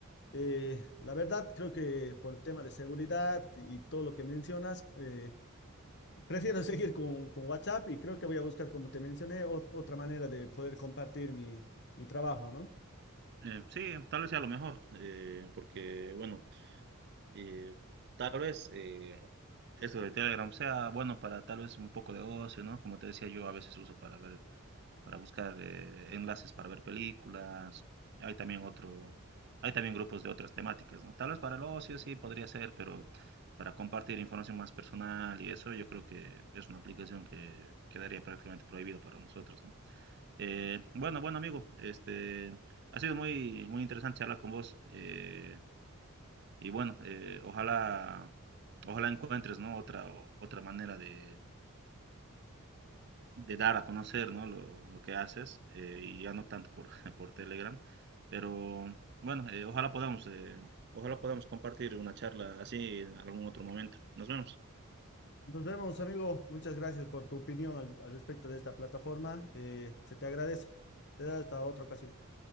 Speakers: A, on the left; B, on the right.
A: Eh, la verdad, creo que por el tema de seguridad y todo lo que mencionas, eh, <laughs> prefiero seguir con, con WhatsApp y creo que voy a buscar, como te mencioné, ot- otra manera de poder compartir mi, mi trabajo, ¿no?
B: Eh, sí, tal vez sea lo mejor, eh, porque bueno, eh, tal vez eh, eso de Telegram sea bueno para tal vez un poco de ocio, ¿no? Como te decía, yo a veces uso para ver para buscar eh, enlaces para ver películas. Hay también otro, hay también grupos de otras temáticas, ¿no? Tal vez para el ocio sí podría ser, pero para compartir información más personal y eso, yo creo que es una aplicación que quedaría prácticamente prohibida para nosotros, ¿no? Eh, bueno, bueno, amigo, este, ha sido muy, muy interesante hablar con vos. eh, y bueno, eh, ojalá, ojalá encuentres, ¿no? Otra, otra manera de de dar a conocer, ¿no? lo, lo que haces, eh, y ya no tanto por, <laughs> por Telegram, pero bueno, eh, ojalá podamos, eh, ojalá podamos compartir una charla así en algún otro momento. Nos vemos.
A: Nos vemos, amigo. Muchas gracias por tu opinión al, al respecto de esta plataforma. Eh, se te agradece. Te da hasta otra ocasión.